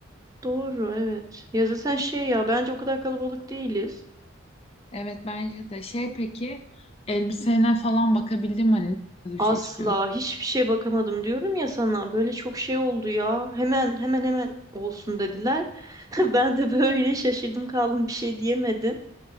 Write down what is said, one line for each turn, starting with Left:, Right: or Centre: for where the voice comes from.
Right: Doğru evet. Ya zaten şey ya bence o kadar kalabalık değiliz.
Left: Evet bence de. Şey peki elbisene falan bakabildim hani nasıl
Right: Asla
Left: bir şey istiyorsun?
Right: hiçbir şeye bakamadım diyorum ya sana. Böyle çok şey oldu ya. Hemen hemen hemen olsun dediler. <laughs> Ben de böyle şaşırdım kaldım bir şey diyemedim.